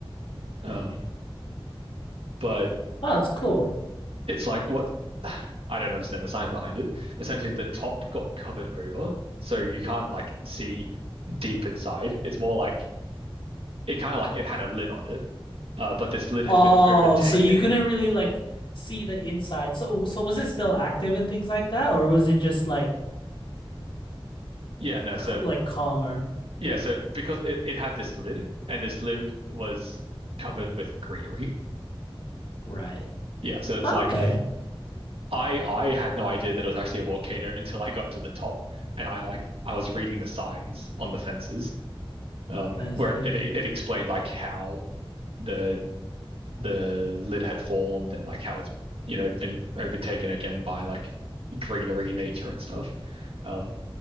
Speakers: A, on the right (about 85°); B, on the left (about 65°).
A: Um, but
B: Oh, that's cool.
A: it's like what <sighs> I don't understand the science behind it. Essentially, the top got covered over, so you can't like see deep inside. It's more like it kind of like it had a lid on it, uh, but this lid has
B: Oh,
A: been overtaken.
B: so you couldn't really like see the inside. So so was it still active and things like that, or was it just like
A: Yeah, no, so
B: c like calmer?
A: Yeah, so because it, it had this lid, and this lid was covered with greenery.
B: Right.
A: Yeah, so it's
B: Oh,
A: like
B: Okay.
A: I I had no idea that it was actually a volcano until I got to the top, and I like I was reading the signs on the fences, um,
B: I
A: where
B: see.
A: it, it it explained like how the the lid had formed and like how it's you know been overtaken again by like greenery, nature and stuff. Um,